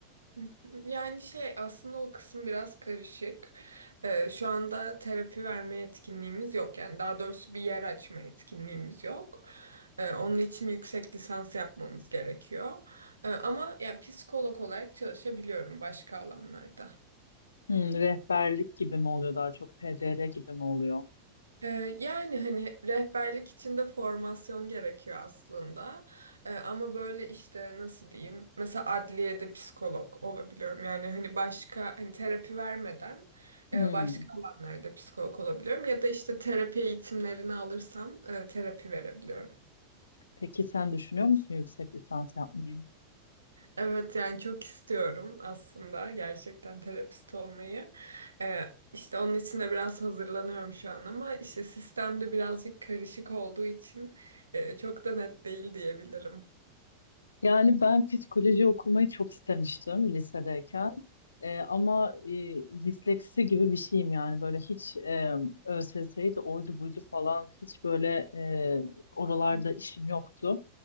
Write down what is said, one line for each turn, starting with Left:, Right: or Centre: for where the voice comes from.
Right: Hı hı. Yani şey aslında o kısım biraz karışık. Ee, şu anda terapi verme yetkinliğimiz yok. Yani daha doğrusu bir yer açma yetkinliğimiz yok. Ee, onun için yüksek lisans yapmamız gerekiyor. Ee, ama ya psikolog olarak çalışabiliyorum başka alanlarda.
Left: Hmm, rehberlik gibi mi oluyor daha çok PDR gibi mi oluyor?
Right: Ee, yani hani rehberlik için de formasyon gerekiyor aslında. Ee, ama böyle işte nasıl diyeyim? Mesela adliyede psikolog olabiliyorum. Yani hani başka hani terapi vermeden
Left: Hmm,
Right: e, başka alanlarda psikolog olabiliyorum. Ya da işte terapi eğitimlerini alırsam e, terapi verebiliyorum.
Left: Peki sen düşünüyor musun yüksek lisans yapmayı?
Right: Evet yani çok istiyorum aslında gerçekten terapist olmayı. Ee, işte onun için de biraz hazırlanıyorum şu an ama işte sistemde birazcık karışık olduğu için e, çok da net değil diyebilirim.
Left: Yani ben psikoloji okumayı çok istemiştim lisedeyken. Ee, ama e, disleksi gibi bir şeyim yani böyle hiç e, ÖSS'ydi de oydu buydu falan hiç böyle e, oralarda
Right: <laughs>
Left: işim yoktu.